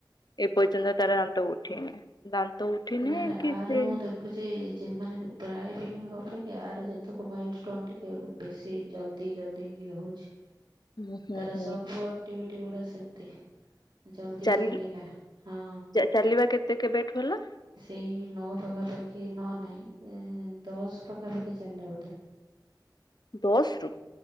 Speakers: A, on the left; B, on the right.
A: ଏ ପର୍ଯ୍ୟନ୍ତ ତାର ଦାନ୍ତ ଉଠିନି। ଦାନ୍ତ ଉଠିନି
B: ନା
A: କି
B: ଆର
A: ସେ
B: ମୁଁ ଦେଖୁଛି ଯେମାନେ ପ୍ରାୟ ପିଲାଙ୍କ ଅପେକ୍ଷା ଆର ଯେତେକ ମାଇଲ ଷ୍ଟୋନ ଟିକେ ବେଶୀ ଜଲ୍ଦି ଜଲ୍ଦି ଇଏ ହଉଛି
A: ହୁଁ ହୁଁ
B: ତାର
A: ହୁଁ
B: ସବୁ ଆକ୍ଟିଭିଟି ଗୁଡା ସେମତି ଜଲଦି
A: ଚାଲି
B: ଚାଲିଲା, ହଁ
A: ଚାଲିବା କେତେ କେବେଠୁ ହେଲା
B: ସେଇ ନଅ ପାଖାପାଖି ନ ନାଇଁ ଏ-ଏ-ଏ ଦଶ ପାଖାପାଖି ଚାଲିଲା ବୋଧେ।
A: ଦଶରୁ